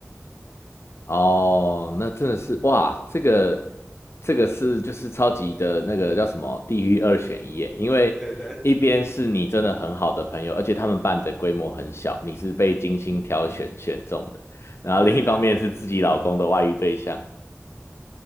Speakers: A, on the left (about 60°); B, in the centre.
A: 哦，那真的是哇，这个这个是就是超级的那个叫什么地狱二选一耶，因为一边是你真的很好的朋友，
B: 对对，
A: 而且他们办的规模很小，你是被精心挑选选中的，
B: 嗯嗯嗯，
A: 然后另一方面是自己老公的外遇对象。
B: 对对对。